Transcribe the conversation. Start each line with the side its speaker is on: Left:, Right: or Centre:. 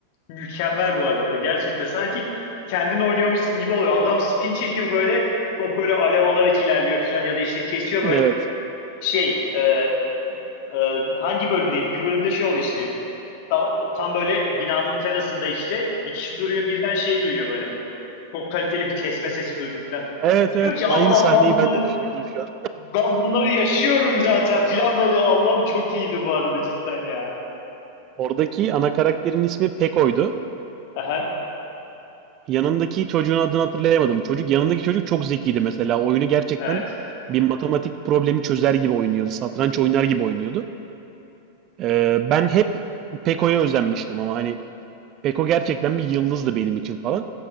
Left: Mükemmel bu arada. Gerçekten sanki kendin oynuyormuşsun gibi oluyor. Adam spin çekiyor böyle. Top böyle alev alarak ilerliyor falan ya da işte kesiyor böyle.
Right: Evet.
Left: Şey e, e, hangi bölümdeydi? Bir bölümde şey oldu işte. Ta- tam böyle binanın terasında işte bir kişi duruyor birden şey duyuyor böyle. Çok kaliteli bir kesme sesi duydum falan.
Right: Evet
Left: Diyorum
Right: evet.
Left: ki Allah'ım
Right: Aynı sahneyi
Left: ben bunları
Right: ben de düşünüyordum şu an.
Left: ben bunları yaşıyorum zaten falan böyle. Allah'ım çok iyiydi bu arada cidden ya.
Right: Oradaki ana karakterin ismi Peko'ydu.
Left: Aha,
Right: Yanındaki çocuğun adını hatırlayamadım. Çocuk yanındaki çocuk çok zekiydi mesela. Oyunu gerçekten
Left: evet.
Right: bir matematik problemi çözer gibi oynuyordu. Satranç oynar gibi oynuyordu. Ee, ben hep Peko'ya özenmiştim ama hani Peko gerçekten bir yıldızdı benim için falan.